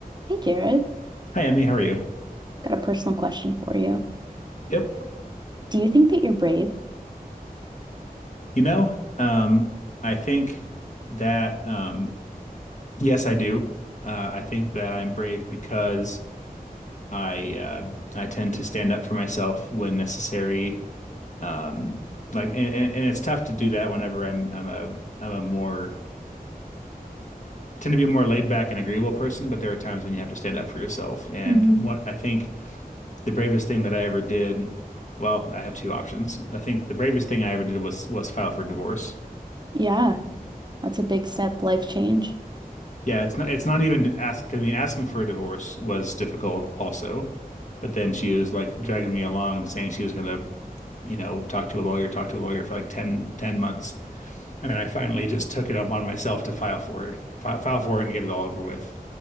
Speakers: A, on the right; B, on the left.
A: Hey Jared,
B: Hi, Emmy. How are you?
A: got a personal question for you.
B: Yep.
A: Do you think that you're brave?
B: You know, um, I think that um, yes, I do. Uh, I think that I'm brave because I uh, I tend to stand up for myself when necessary. Um, like, and, and, and it's tough to do that whenever I'm I'm a I'm a more tend to be a more laid back and agreeable person. But there are times when you have to stand up for yourself. And
A: Mhm.
B: what I think the bravest thing that I ever did, well, I have two options. I think the bravest thing I ever did was was file for divorce.
A: Yeah, that's a big step, life change.
B: Yeah, it's not it's not even ask I mean asking for a divorce was difficult also. But then she was like dragging me along saying she was gonna, you know, talk to a lawyer, talk to a lawyer for like ten, 10 months. And then I finally just took it upon myself to file for it, file, file for it and get it all over with.